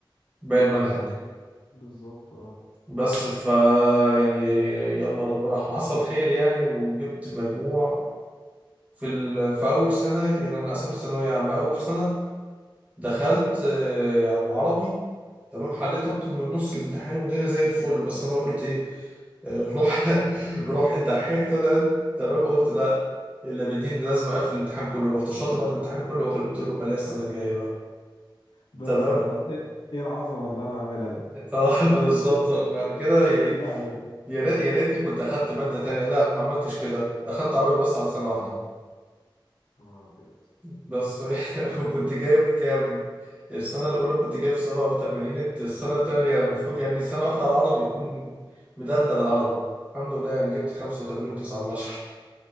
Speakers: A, on the right; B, on the left.
A: باقي المنهج
B: بالظبط بالظبط اه
A: بس ف يعني يلا ربنا حصل خير يعني وجبت مجموع في ال... في أول سنة يعني أنا قسمت ثانوية عامة أول سنة دخلت آه، على العربي تمام حليت اكتر من نص الامتحان والدنيا زي الفل بس انا قلت ايه آه، روح <laughs> روح الدحيح طلعت تمام قلت لا الا بالدين لازم اقفل الامتحان كله رحت شاطب على الامتحان كله وخل- قلت له خليها السنه
B: <laughs>
A: الجايه بقى
B: بس
A: تمام
B: خلاص ايه إيه العظمه اللي انا عاملها دي
A: اه <laughs>
B: كتير
A: بالظبط بعد كده يعني
B: كتير عليهم
A: يا ريت- يا ريتني كنت اخدت ماده تانية لا ما عملتش كده اخدت عربي بس على سنه واحده
B: يا نهار ابيض
A: ده الصحيح <laughs> وكنت جايب كام السنة الأولى كنت جايب سبعة وتمانين السنة التانية المفروض يعني سنة واحدة على العربي يكون مدغدغ العربي الحمد لله يعني جبت خمسة وتمانين وتسعة من عشرة